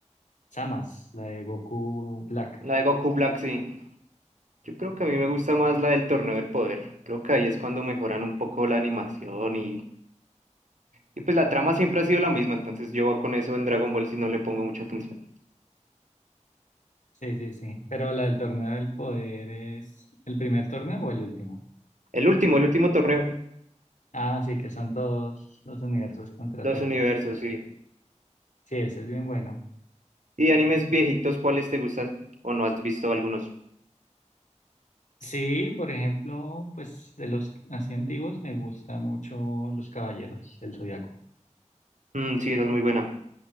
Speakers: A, on the left; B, on the right.
A: Samas, la de Goku Black.
B: La de Goku Black, sí. Yo creo que a mí me gusta más la del Torneo del Poder. Creo que ahí es cuando mejoran un poco la animación y, y pues la trama siempre ha sido la misma, entonces yo con eso en Dragon Ball si no le pongo mucha atención.
A: Sí, sí, sí. Pero la del torneo del poder es el primer torneo o el último.
B: El último, el último torneo,
A: Ah, sí, que son todos los universos contra
B: los
A: todos.
B: universos, sí.
A: Sí, ese es bien bueno.
B: Y de animes viejitos, ¿cuáles te gustan? ¿O no has visto algunos?
A: Sí, por ejemplo, pues de los así antiguos me gusta mucho los caballeros del Zodiaco.
B: Mm, sí, esa es muy buena.